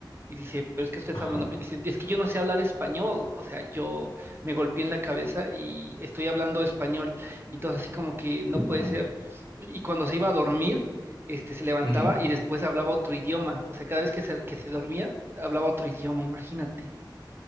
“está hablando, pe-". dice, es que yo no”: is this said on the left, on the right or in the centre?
Right